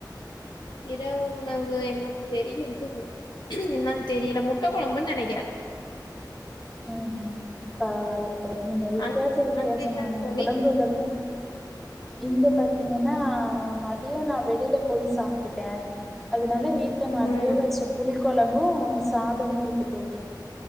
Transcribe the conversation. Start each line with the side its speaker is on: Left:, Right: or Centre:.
Left: இரவு உணவு என்னன்னு தெரியலங் க்க தோழி. என்னனு தெரியல முட்டை கொழம்புன்னு நெனைக்கறேன்
Centre: உம் ஹம் பரவால்ல தோழி நீங்க வித்தியாச
Left: அங்
Centre: வித்தியாசமான
Left: அங்க என்னங் தோழி
Centre: குழம்புகள்லாம் இங்க பாத்தீங்கன்னா மதியம் நான் வெளியில போய் சாப்பிட்டுட்டேன். அதனால வீட்டு ல மதியோ
Left: ம்
Centre: வச்சு புளிக் குழம்பும் சாதமும் இருக்கு தோழி